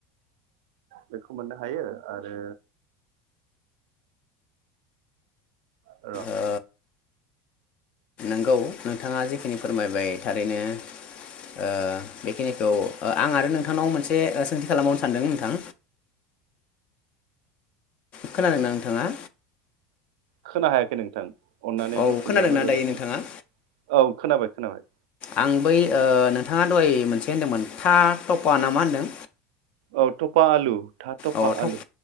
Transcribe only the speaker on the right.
बेखौ मोननो हायो आरो र'
खोना हायाखै नोंथां अननानै
बुंफिनबा
मोजां
जागौ।
औ खोनाबाय। खोनाबाय
औ थ'फा आलु था थफा
आलु